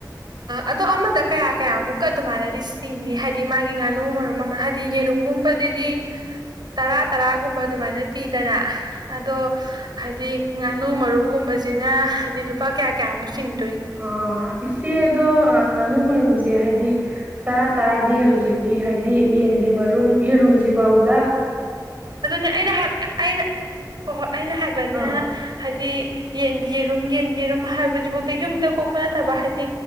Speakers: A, on the right (about 80°); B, on the right (about 25°).
A: ꯑꯗꯣ ꯑꯃꯗ ꯀꯌꯥ ꯀꯌꯥꯃꯨꯛꯀ ꯑꯗꯨꯃꯥꯏꯅꯗꯤ ꯆꯤꯡꯅꯤ ꯍꯥꯏꯗꯤ ꯃꯥꯒꯤ ꯉꯥꯅꯨ ꯃꯔꯨꯝ ꯃꯃꯜ ꯍꯥꯏꯗꯤ ꯌꯦꯔꯨꯝꯒꯨꯝꯕꯗꯨꯗꯤ ꯇꯔꯥ ꯇꯔꯥꯒꯨꯝꯕ ꯑꯗꯨꯃꯥꯏꯅ ꯄꯤꯗꯅ ꯑꯗꯣ ꯍꯥꯏꯗꯤ ꯉꯥꯅꯨ ꯃꯔꯨꯝꯒꯨꯝꯕꯁꯤꯅ ꯍꯥꯏꯗꯤ ꯂꯨꯄꯥ ꯀꯌꯥ ꯀꯌꯥꯃꯨꯛꯁꯤꯡ
B: ꯑꯣ ꯑꯗꯣ ꯉꯥꯅꯨ ꯃꯔꯨꯝꯁꯦ ꯍꯥꯏꯗꯤ ꯇꯔꯥ ꯇꯔꯥꯗꯤ ꯍꯧꯖꯤꯛꯇꯤ ꯍꯥꯏꯕꯗꯤ ꯌꯦꯟꯒꯤ ꯃꯔꯨꯝ ꯌꯦꯔꯨꯝꯁꯤ ꯐꯥꯎꯗ
A: ꯑꯗꯨꯅꯦ ꯑꯩꯅ ꯑꯩꯅ ꯍꯣꯏ ꯍꯣꯏ ꯑꯩꯅ ꯍꯥꯏꯕꯅꯦ
B: ꯑꯥ
A: ꯍꯥꯏꯗꯤ ꯌꯦꯟꯒꯤꯔꯨꯝ ꯌꯦꯟꯒꯤꯔꯨꯝ ꯍꯥꯏꯕꯁꯤꯐꯧ ꯌꯨꯝꯗ ꯀꯣꯛꯄ ꯅꯠꯇꯕ ꯍꯥꯏꯗꯤ